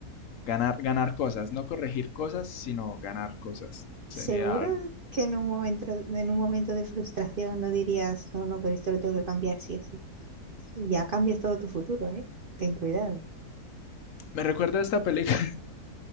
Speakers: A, on the left; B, on the right.
A: ganar, ganar cosas, no corregir cosas, sino ganar cosas. Sería
B: ¿seguro
A: algo.
B: que en un momento, en un momento de frustración no dirías, no, no, pero esto lo tengo que cambiar sí o sí? Y ya cambias todo tu futuro, ¿eh? Ten cuidado.
A: Me recuerda a esta película